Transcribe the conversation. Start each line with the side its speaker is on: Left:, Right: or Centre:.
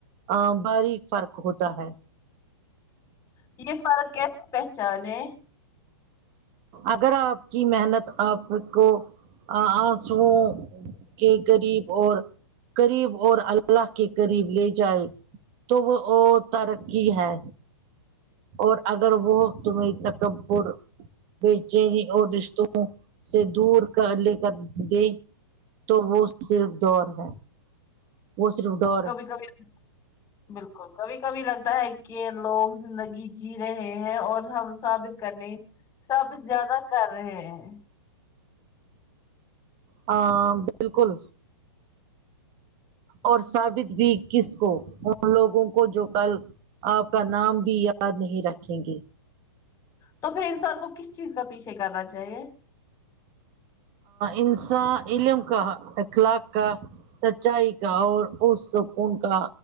Right: ا باریک فرق ہوتا ہے
Left: یہ فرق کیسے پہچانے
Right: اگر آپ کی محنت آپ کو آنسوں کے غریب اور قریب اور اللہ کے قریب لے جائے تو وہ ترقی ہے اور اگر وہ تمہیں تکبر بیچینی اور رشتوں سے دور کر لے کر دے تو وہ صرف دور ہے <unintelligible>
Left: کبھی کبھی بلکل کبھی کبھی لگتا ہے کہ لوگ زندگی جی رہے ہیں اور ہم ثابت کرنے سا بیت زیادہ کر رہے ہیں
Right: ہاں بلکل اور ثابت بھی کس کو ان لوگوں کو جو کل آپ کا نام بھی یاد نہیں رکھیں گے
Left: تو پھر انسان کو کس چیز کا پیچھے کرنا چاہیے
Right: انسان علم کا اخلاق کا سچائی کا اور پر سکون کا